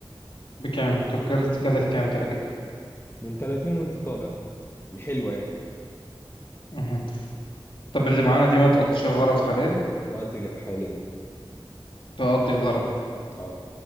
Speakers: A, on the left; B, on the left.
A: بكام تكل- تكلف كام تقريبا
B: من 30 وانت طالع الحلوة يعني
A: مهم. طب اللي معانا دي ما تقضيش الغرض حاليا
B: تقضي حاليا
A: تقضي الغرض
B: اه